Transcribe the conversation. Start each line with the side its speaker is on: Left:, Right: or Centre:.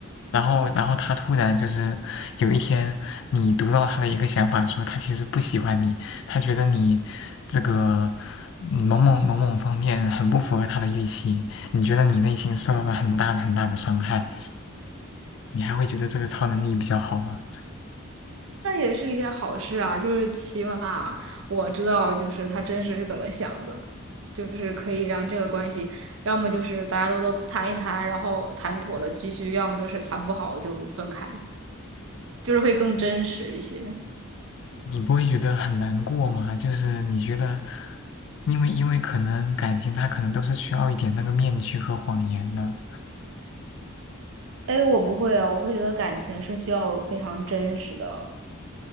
Left: 然后然后他突然就是有一天你读到他的一个想法，说他其实不喜欢你，他觉得你这个嗯某某某某方面很不符合他的预期，你觉得你内心受到了很大很大的伤害。你还会觉得这个超能力比较好吗？
Right: 那也是一件好事啊，就是起码我知道，就是他真实是怎么想的，就是可以让这个关系，要么就是大家都都谈一谈，然后谈妥了继续，要么就是谈不好就分开，就是会更真实一些。
Left: 你不会觉得很难过吗？就是你觉得，因为因为可能感情它可能都是需要一点那个面具和谎言的。
Right: 哎，我不会啊，我会觉得感情是需要非常真实的。